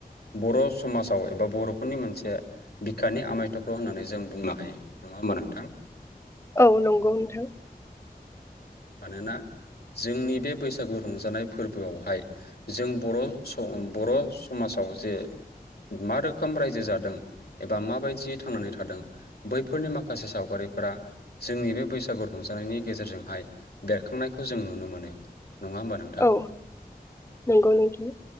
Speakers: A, on the left (about 75°); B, on the left (about 15°).
A: बर' समाजाव एबा बर'फोरनि मोनसे बिखानि आमाय थख्ल' होननानै जों बुंनो हायो नङा होमबा नोंथां?
B: औ नंगौ नोंथां
A: मानोना जोंनि बे बैसागु रंजानाय फोरबोआवहाय जों बर' स बर' समाजाव जे मा रोखोम रायजो जादों एबा माबायदियै थांनानै थादों बैफोरनि माखासे सावगारिफोरा जोंनि बे बैसागु रंजानायनि गेजेरजोंहाय बेरखांनायखौ जों नुनो मोनो। नङा होमबा नोंथां
B: औ नंगौ नोंथां।